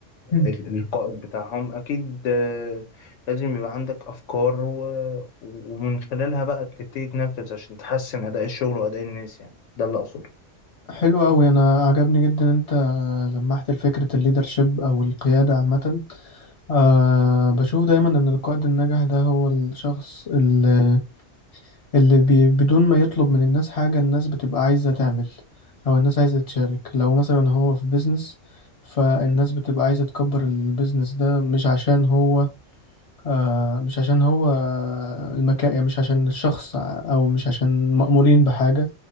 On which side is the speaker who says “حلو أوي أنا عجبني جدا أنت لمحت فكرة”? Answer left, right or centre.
Left